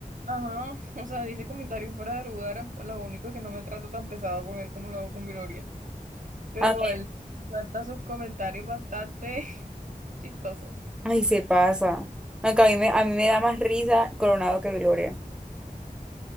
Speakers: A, on the right; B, in the centre.
A: ajá, <laughs> o sea, dice comentarios fuera de lugar, lo único es que no me trato tan pesado con él como lo hago con Viloria, pero
B: A ver,
A: él suelta sus comentarios bastante <laughs> chistosos.
B: ay, se pasa. Aunque a mí me, a mí me da más risa Coronado que Gloria.